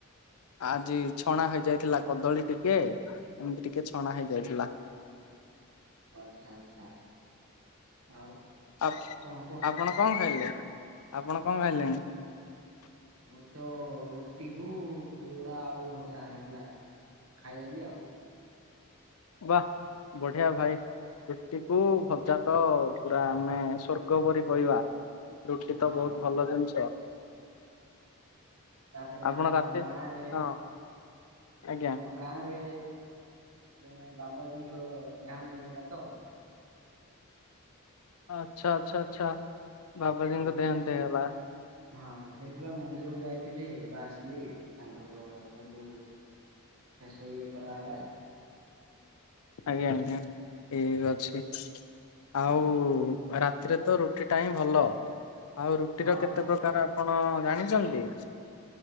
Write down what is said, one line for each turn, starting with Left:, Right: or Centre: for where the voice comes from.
Left: ଆଜି ଛଣା ହେଇଯାଇଥିଲା କଦଳୀ ଟିକେ ଏମତି ଟିକେ ଛଣା ହେଇଯାଇଥିଲା।
Right: ଆଚ୍ଛା ଆଚ୍ଛା ଆଉ?
Left: ଆ
Right: କଣ କୁହ?
Left: ଆପଣ କଣ ଖାଇଲେ ଆପଣ କଣ ଖାଇଲେଣି?
Right: ମୁଁ ତ ରୁଟିକୁ ତୁରୁଡ଼ା ଆଳୁ ଭଜା ହେଇଥିଲା, ଖାଇଦେଲି ଆଉ।
Left: ବାହ ବଢିଆ ଭାଇ ରୁଟି କୁ
Right: ହଁ
Left: ଭଜା ତ ପୁରା ଆମେ ସ୍ୱର୍ଗ ପରି କହିବା, ରୁଟି
Right: ହଁ।
Left: ତ ବହୁତ ଭଲ ଜିନିଷ।
Right: ତାପରେ
Left: ଆପଣ
Right: ଆମ
Left: ରାତି,
Right: ଗାଁରେ
Left: ହଁ ଆଜ୍ଞା
Right: ଆମ ଗାଁରେ ଜଣେ ବାବାଜୀଙ୍କ ଦେହାନ୍ତ ହେଇଗଲା ତ
Left: ଆଚ୍ଛା ଆଚ୍ଛା ଆଚଛା ବାବାଜୀଙ୍କ
Right: ସେଇଥିପାଇଁ
Left: ଦେହାନ୍ତ ହେଇଗଲା।
Right: ହଁ ସେଇଥିପାଇଁ ମନ୍ଦିରକୁ ଯାଇଥିଲି ଏବେ ଆସିଲି ତାଙ୍କର ସବୁ ଶେଷ ଇଏ କରାଗଲା।
Left: ଆଜ୍ଞା ଆଜ୍ଞା ଠିକ ଅଛି, ଆଉ ରାତିରେ ତ ର ରୁଟି ଟା ହିଁ ଭଲ, ଆଉ ରୁଟିର
Right: ହଁ
Left: କେତେ
Right: ବା
Left: ପ୍ରକାର ଆପଣ ଜାଣିଛନ୍ତି?